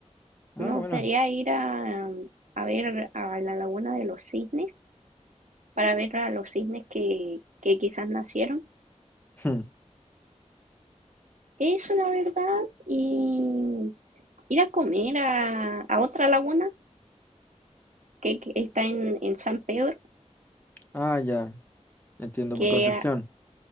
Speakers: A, on the left (about 15°); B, on the right (about 85°).
A: Ah,
B: Me gustaría
A: bueno.
B: ir a, a ver a la laguna de los cisnes, para ver a los cisnes que, que quizás nacieron.
A: Hmm. <laughs>
B: Eso, la verdad. Y ir a comer a, a otra laguna que, que está en, en San Pedro,
A: Ah, ya. Entiendo
B: que
A: por Concepción.